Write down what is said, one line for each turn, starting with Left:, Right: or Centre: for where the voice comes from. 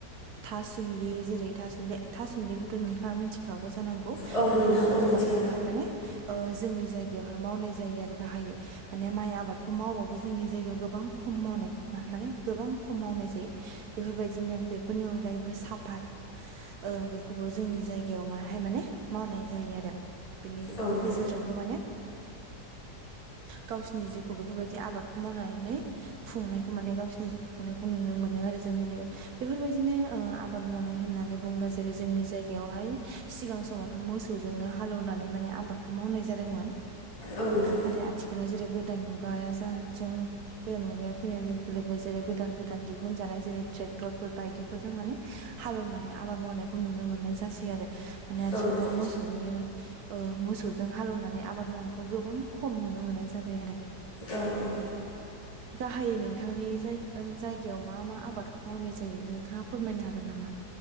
Right: थासुमलि जेरै थासुमलि थासुमलिखौथ' नोंथाङा मिन्थिखागौ जानांगौ।
Left: औ
Right: माने
Left: नोंथां
Right: बेफोर
Left: औ
Right: आबादखौहाय
Left: मिथिगौ
Right: माने ओ जोंनि जायगायावहाय मावनाय जायो आरो गाहायै। माने माइ आबादखौ मावबाबो जोंनि जायगायाव गो बां खम मावनायखो माने गोबां खम मावनाय जायो बेफोरबायदिनो बेफोरनि अनगायैबो साफा ओ बेखौबो जोंनि जायगायाव माहाय माने मावनाय जायो आरो। बेनि
Left: औ नोंथां
Right: गेजेरजोंबो माने गावसिनि जिउखौ बेफोरबायदि आबादखौ मावनानै खुंनायखौ माने गावसिनि जिउ खुंनायखौ नुनो मोनो आरो जोंनि जायगायाव बेफोरबायदिनो ओ आबाद मावनाय होननानै बुङोब्ला जेरै जोंनि जायगायावहाय सिगां समावथ' मोसौजोंनो हालेवनानै माने आबादखौ मावनाय जादोंमोन
Left: औ नोंथां
Right: नाथाय आथिखालाव जेरै गोदान मुगाया जा जों गोदान मुगाया फैनाय लोगो लोगो जेरै गोदान गोदान दिहुनजानाय जेरै ट्रेक्टरफोर बायदिफोरजों माने हालौनानै आबाद मावनायखौ नुनो मोननाय जासै आरो माने आथिखालाव
Left: औ नोंथां
Right: मोसौनि ओ मोसौजों हालौनानै आबाद मावनायखौ गोबां खम नुनो मोननाय जाबाय आरो।
Left: औ औ।
Right: गाहायै नोंथांनि जायगायाव मा मा आबादखौ मावनाय जायो नोंथाङा फोरमायनो हागोन नामा?